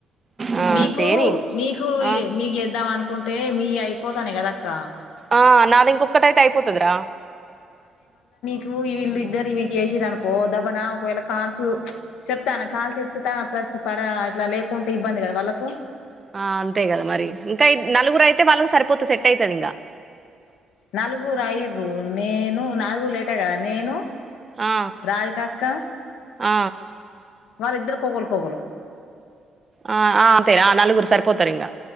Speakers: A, on the right; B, on the left.
A: ఆ
B: మీకు
A: చేయని
B: మీకు,
A: ఆ
B: మీకు ఎద్దాం అనుకు కుంటే మీ అయిపోతాన్నై కదా అక్క
A: ఆ నాది ఇంకా ఒక్కటయితే అయిపోతదిరా
B: ను ఈ వీళ్ళు ఇద్దరు వీళ్ళ చేసిరనుకో, దబనా ఒకవేళ కాల్సు ప్చ్ చెప్తాన్న కాల్స్ ఎత్తుత పర ఇట్లా లేకుంటే ఇబ్బంది కదా వాళ్ళకు.
A: ఆ అంతేగద మరి, ఇంకా ఇద్ నలుగురు అయితే వాళ్ళకి సరిపోతది సెట్ ఐతది ఇంగా
B: నల్గుూరు ఐర్రూ, నేను నాది గుడ లేటే గద, నేను
A: ఆ
B: రాదికాక్క
A: ఆ
B: వాళ్ళ ఇద్దరు ఓగలు కోగలు
A: ఆ ఆ అంతే ఆ నలుగురు సరిపోతరు ఇంగ